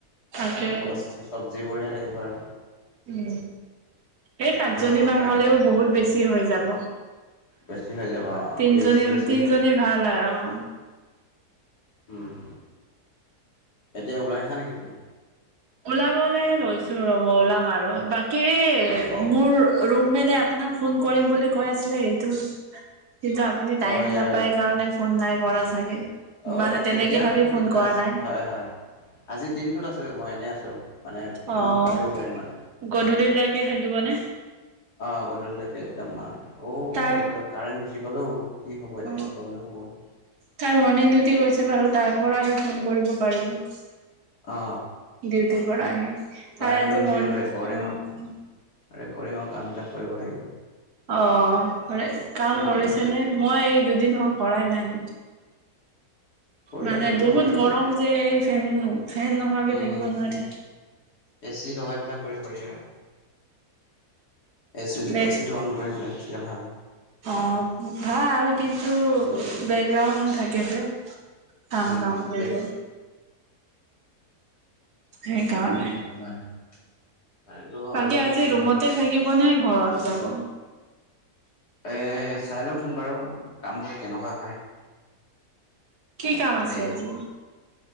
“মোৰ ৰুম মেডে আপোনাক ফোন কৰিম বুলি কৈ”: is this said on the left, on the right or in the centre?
Right